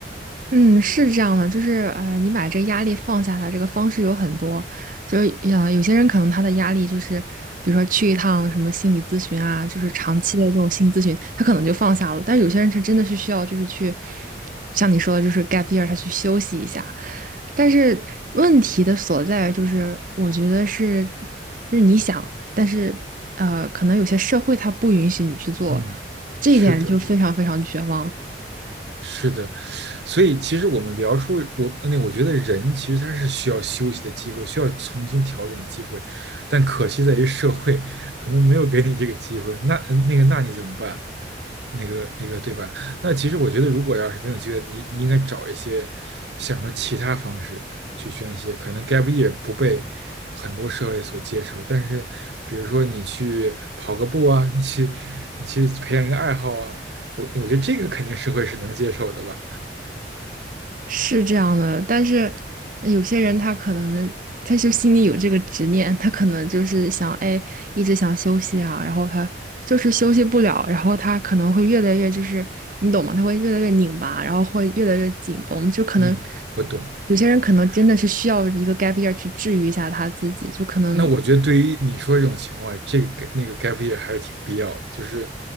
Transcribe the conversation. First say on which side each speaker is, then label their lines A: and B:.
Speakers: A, on the right; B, on the right.
A: 嗯，是这样的，就是呃，你把这个压力放下的这个方式有很多，就是呃，有些人可能他的压力就是，比如说去一趟什么心理咨询啊，就是长期的这种心理咨询，他可能就放下了。但是有些人他真的是需要就是去，像你说的，就是 gap year，他去休息一下。但是问题的所在就是，我觉得是，就是你想，但是呃，可能有些社会它不允许你去做，
B: 嗯，
A: 这一点就非常非常绝望。
B: 是的，是的，所以其实我们聊出我那我觉得人其实他是需要休息的机会，需要重新调整的机会，但可惜在于社会可能没有给你这个机会。那嗯那个那你怎么办？那个那个对吧？那其实我觉得，如果要是没有机会，你应该找一些想说其他方式去宣泄。可能 gap y 不被很多社会所接受，但是比如说你去跑个步啊，你去你去培养一个爱好啊，我我觉得这个肯定社会是能接受的吧。
A: 是这样的，但是有些人他可能他就心里有这个执念，他可能就是想，哎，一直想休息啊，然后他就是休息不了，然后他可能会越来越就是你懂吗？他会越来越拧巴，然后会越来越紧绷，就可能
B: 嗯，我懂。
A: 有些人可能真的是需要一个 gap year 去治愈一下他自己，就可能
B: 那我觉得对于你说这种情况，这个那个 gap year 还是挺必要的。就是